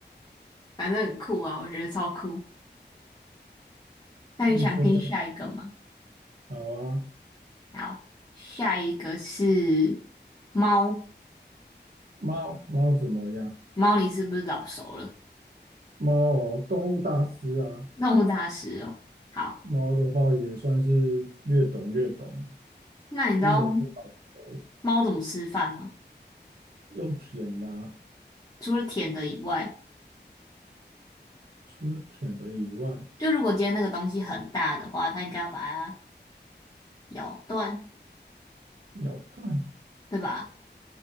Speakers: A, on the left; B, on the right.
A: 反正很酷啊，我觉得超酷。那你想听下一个吗？
B: 所以说在好啊。
A: 好，下一个是猫，
B: 猫猫怎么样？
A: 猫你是不是老熟了？
B: 猫哦，动物大师啊，
A: 动物大师哦。好，
B: 猫的话也算是略懂略懂啊，
A: 那你知道
B: 不能说好熟。
A: 猫怎么吃饭吗？
B: 用舔的啊，
A: 除了舔的以外，
B: 除了舔的以外，
A: 就如果今天那个东西很大的话，它应该要把它咬断，
B: 咬断。
A: 对吧？